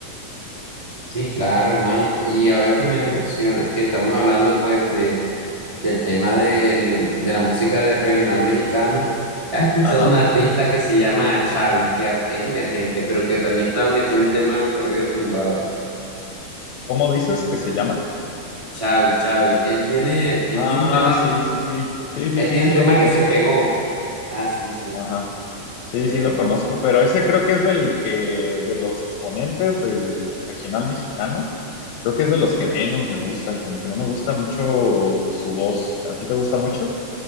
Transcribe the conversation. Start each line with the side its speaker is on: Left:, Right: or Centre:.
Right: Sí, claro, hermano. Y ahora que menciona-
Left: Ujú.
Right: que estamos hablando pues de, del tema del- de la música del regional mexicano, ¿has escuchado
Left: Ajá.
Right: un artista que se llama Chavi, que a- es emergente, pero que también estaba metido en el tema de los corridos tumbados?
Left: ¿Cómo dices que se llama?
Right: Chavi, Chavi. Él tiene, él
Left: Ah,
Right: tiene un tema,
Left: sí, sí, sí. Sí, sí,
Right: él
Left: sí,
Right: tiene
Left: sí
Right: un tema
Left: lo conozco.
Right: que se pegó. Ah, sí, sí.
Left: Ajá. Sí,
Right: Eh,
Left: sí lo conozco, pero ese creo que es del que, de los exponentes del regional mexicano. Creo que es de los que menos me gustan, como que no me gusta mucho su voz. ¿A ti te gusta mucho?